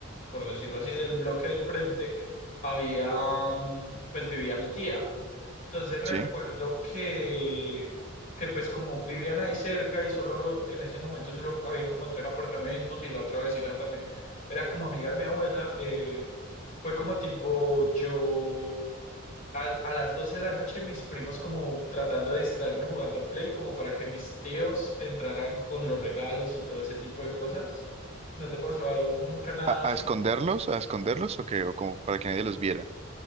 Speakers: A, on the left (about 40°); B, on the right (about 30°).
A: por decirlo así, del bloque del frente, había, mm, pues vivía mi tía. Entonces recuerdo
B: Sí.
A: que, que pues como vivían ahí cerca y solo en ese momento solo habían como tres apartamentos y la otra vecina también era como amiga de mi abuela, eh, fue como tipo yo a, a las 12 de la noche mis primos como tratando de distraerme jugando Play como para que mis tíos entraran con los regalos y todo ese tipo de cosas. ¿No te pasó nunca nada
B: ¿A,
A: así?
B: a esconderlos? ¿A esconderlos? ¿O qué? ¿O como para que nadie los viera?